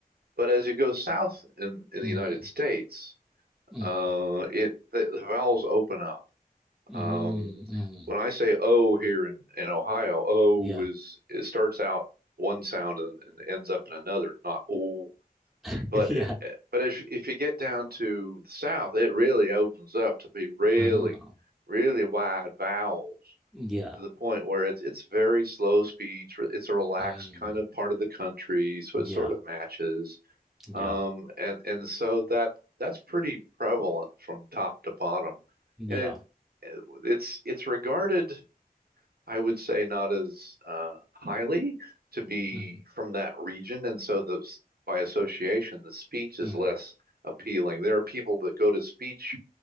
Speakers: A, on the right (about 75°); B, in the centre.
A: But as you go south in in the
B: mm,
A: United States,
B: mm,
A: uh, it the, the vowels open up.
B: mm,
A: Um,
B: mm.
A: when I say O here in, in Ohio, O
B: Yeah.
A: is it starts out one sound and, and ends up in another, not O.
B: <laughs>
A: But
B: Yeah.
A: it, but if if you get down to the south, it really opens up to be really,
B: Oh.
A: really wide vowels
B: Yeah.
A: to the point where it's it's very slow speech. It's a relaxed
B: Mm.
A: kind of part of the country, so
B: Yeah.
A: it sort of matches.
B: Yeah.
A: Um, and and so that that's pretty prevalent from top to bottom,
B: Yeah.
A: and it it's it's regarded, I would say, not as uh, highly to be
B: Mm.
A: from that region, and so the by association, the speech is
B: Mm.
A: less appealing. There are people that go to speech